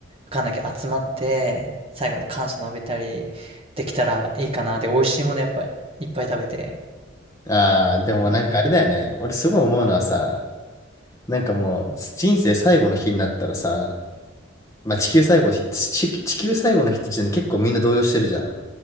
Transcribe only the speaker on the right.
かんなきゃ集まって、最後の感謝述べたりできたらいいかな。で、美味しいものやっぱいっぱい食べて。
うん。